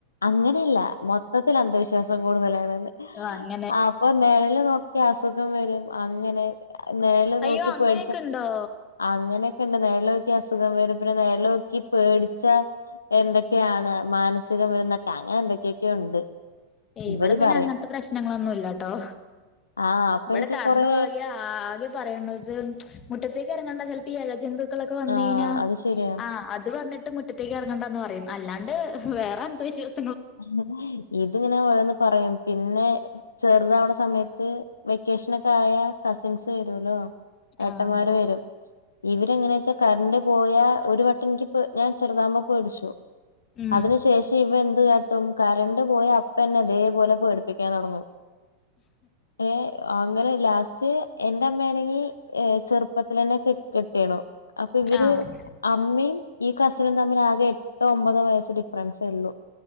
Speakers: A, on the left; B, on the left.
A: അങ്ങനെയല്ല മൊത്തത്തിൽ അന്ധവിശ്വാസം കൂടുതലാണ്
B: ഓ അങ്ങ
A: ആ അപ്പൊ നീഴൽ നോക്കിയാ അസുഖം വരും അങ്ങനെ നെഴൽ
B: അയ്യോ
A: നോക്കി
B: അങ്ങനെയൊക്കെ
A: പോടിച്ചാ
B: ഉണ്ടോ
A: അങ്ങനെയൊക്കെ ഉണ്ട് നെഴൽ... നോക്കി അസുഖം വരും പിന്നെ നെഴലോ ക്കി പേടിച്ചാ എന്തൊക്കെയാണ് മാനസിക.. അസുഖംരുന്നക്കെ അങ്ങനെ എന്തൊക്കെയൊക്കെയെ ഉണ്ട്.. ഇവര്
B: ഇവിടെ പിന്നെ
A: പറയും
B: അങ്ങനത്തെ പ്രശ്നങ്ങളൊന്നുംല്ലട്ടോ..
A: ആഹ് അപ്പൊ
B: ഇവിടെ
A: എനിക്ക്
B: കറണ്ട്
A: കൊറേ
B: പോയാ ആകെ പറയണത് മുറ്റത്തേക്ക് ഇറങ്ങണ്ട ചിലപ്പ ഈ ഇഴജെതു ക്കളൊക്കെ വന്ന്
A: ആഹ്
B: കഴിഞ്ഞ
A: അത് ശരിയാ
B: ആ അത്പറഞീട്ട് മുറ്റത്തേക്ക് ഇറങ്ങണ്ടന്ന് പറയും അല്ലാണ്ട് വേറെ അന്താവിശ്വാസ
A: <inaudible> ഇതിങ്ങനെ ഓരോന്ന് പറയും പിന്നെ ചെറുതാവണ സമയത്ത് വെക്കേഷൻ ഒക്കെ ആയാ കസിൻസ് വരുല്ലോ ഏട്ടന്മാര്
B: ആഹ്
A: വരും ഇവരെങ്ങനെയ വെച്ചാ കറണ്ട് പോയാ ഒരു വട്ടം എനിക്ക്പ്പം ഞാൻ ചെറുതാവുംപോ പേടിച്ചു
B: ഉം
A: അതിന് ശേഷം ഇവൻ എന്ത് കാട്ടി കരണ്ട് പോയ അപ്പന്നെ ഇതേപോലെ പെടിപ്പിക്കാൻ തുടങ്ങും ഏ അങ്ങനെ ലാസ്റ്റ് എന്റെ അമ്മയാണെങ്കി ഏ ചെറുപ്പത്തിലെന്നെ കെട്ടിയെണു അപ്പൊ ഇവര്
B: ആഹ്
A: അമ്മയും ഈ കസിനും തമ്മി ഇവര് ആകെ എട്ടോ ഒമ്പതോ വയസ് ഡിഫറൻസെ ഉള്ളു